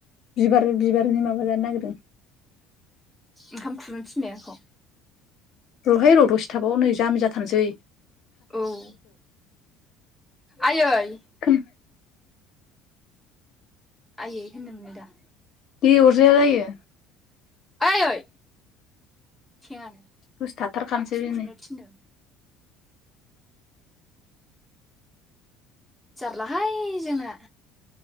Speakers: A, on the left; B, in the centre.
A: बिबार बिबारनि माबा जानो नागिरदों।
B: ओंखाम खुरनो थिननाय आंखौ
A: र'हाय र' दसे थाबाव नै जामि जाथारसै।
B: औ आयै <inaudible>
A: खोन
B: आइयै होननो मोनो दा?
A: दे अरजाया जायो।
B: ओइ आइयै सेङानो
A: दसे थाथारखानोसै
B: आंखौसो
A: <unintelligible>
B: खुरनो
A: नै
B: थिनदों जारला हाय जोंना